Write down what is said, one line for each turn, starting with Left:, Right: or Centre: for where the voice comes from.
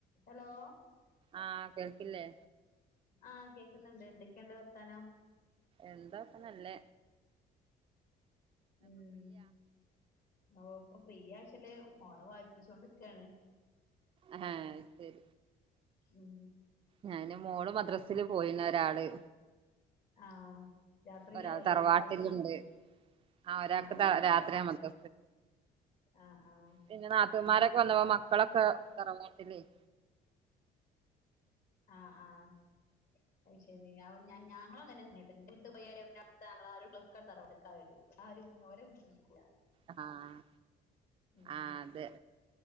Left: ഹെലോ
Right: ആഹ് കേൾക്കില്ലെ?
Left: ആഹ് കേക്കുന്നുണ്ട് ന്തൊക്കെയുണ്ട് വർത്താനം?
Right: എന്താപ്പ അല്ലെ.
Left: ഉം ഒ ഇപ്പ ഫ്രീ ആയ്ച്ചല് മോള വായിപ്പിച്ചോണ്ട്ക്കാണ്.
Right: ആഹ് ശരി.
Left: ഉം.
Right: ഞാന് മോള്
Left: പിന്നെന്താ
Right: മദ്രസില് പോയിന്ന ഒരാള്
Left: ആഹ്. രാത്രിയിലാവൂലേ
Right: ഒരാള് തറവാട്ടിലുണ്ട്
Left: മദ്രസ്
Right: ആ ഒരാക്ക്
Left: ആഹ്
Right: ത രാത്രിയാ മദ്ര
Left: ആഹ് ആഹ്.
Right: പിന്നെ നാത്തൂൻമാരക്കെ
Left: ഞങ്ങളവിടെ
Right: വന്നപ്പോ
Left: രാത്രി
Right: മക്കളൊക്ക തറവാട്ടിലെയ്
Left: ആഹ് ആഹ് അയ്ശരി, അവ് ഞാൻ ഞ ഞാമ്മ്ള് തന്നെ <unintelligible> <unintelligible> ഞങ്ങളാരു ളക്ക തറവാട്ടിക്ക വെരൂ ആരും ഓര വീട്ടി നിക്കൂല.
Right: ആഹ്
Left: ഉം
Right: ആഹ് അതെ.